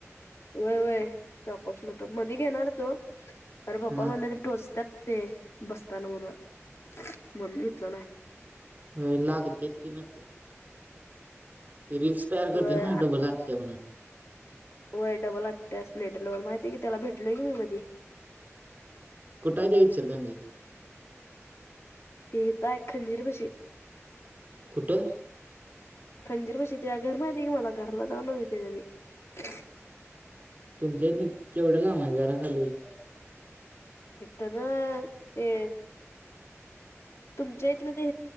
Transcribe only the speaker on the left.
वय वय चॉकप नट मध्ये घेणार तो अरे पप्पा
म्हणलात ठोचत्यात. ते बसताना म्हण म्हणून इथलं नाही.
व्हय
हो डबल आटया स्प्लेंडरलवर माहीतेय की तेला भेटूलोय की मी मधी.
ते हिताय खंजीर बशी.
खंजीर बशीित घर माहितीे की मला घरला जाऊन देते मी <unintelligible>
इथं ग ते. तुमच्या इथं जे